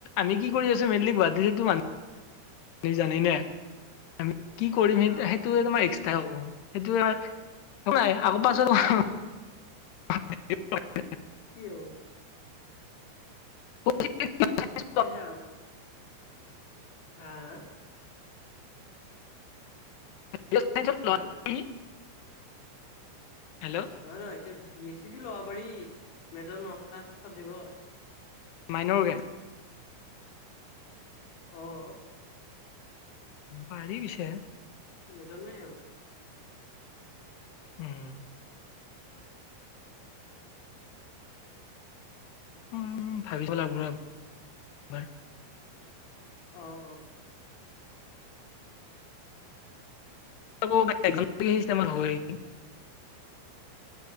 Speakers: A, on the left; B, on the left.
A: আমি কি কৰি আছো মেইনলি <unintelligible> জানি নে আমি কি কৰিম
B: অ
A: সেই সেইটোৱে তোমাৰ ত' সেইটোয়ে নাই আকৌ পাছত <inaudible>
B: কি হব?
A: <unintelligible>
B: এই ছা হাঁ
A: <unintelligible>
B: হেল্ল'
A: হেল্ল'
B: নহয় নহয় এতিয়া বি এছ চি টো ল'ব পাৰি মেজৰ নথাক চাবজেক্ট।
A: মাইনৰ কে
B: অ',
A: পাৰি পিছে
B: মেজৰ নাই আৰু।
A: উম, উম, ভাবিব লাগব ৰ' এবাৰ।
B: অ', অ',
A: ৌ এক লাগ আহিমাৰ হৈি